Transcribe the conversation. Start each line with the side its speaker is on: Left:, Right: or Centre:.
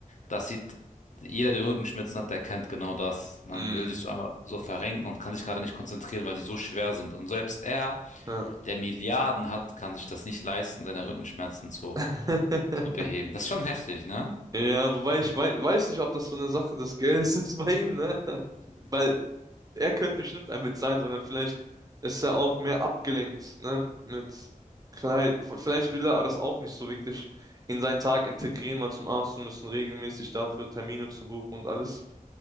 Left: das sieht, jeder, der Rückenschmerzen hat, der kennt genau das. Man
Right: mm,
Left: will sich so einmal so verrenken und kann sich gerade nicht konzentrieren, weil die so schwer sind. Und selbst er,
Right: ja.
Left: der Milliarden hat, kann sich das nicht leisten, seine Rückenschmerzen zu,
Right: <laughs>
Left: zu beheben. Das ist schon heftig, ne?
Right: Ja, wobei ich wei weiß nicht, ob das so eine Sache des Geldes <laughs> ist bei ihm, ne? <laughs> Weil er könnte bestimmt ein mit sein, sondern vielleicht ist er auch mehr abgelenkt, ne? Mit Klei- vielleicht will er das auch nicht so wirklich in seinen Tag integrieren, mal zum Arzt zu müssen, regelmäßig dafür Termine zu buchen und alles.